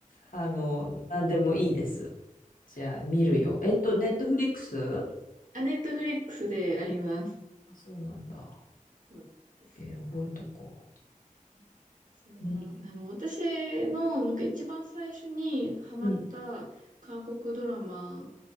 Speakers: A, on the left; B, on the right.
A: あの、なんでもいいです。じゃあ、見るよ。えっと、ネットフリックス
B: はい。あ、ネットフリックスであります。
A: あ、そうなんだ。
B: そうですよ
A: OK 覚えとこ
B: ね。そうな、
A: う。うん、
B: あの、私の、なんか一番最初にハマった韓国ドラマ
A: うん、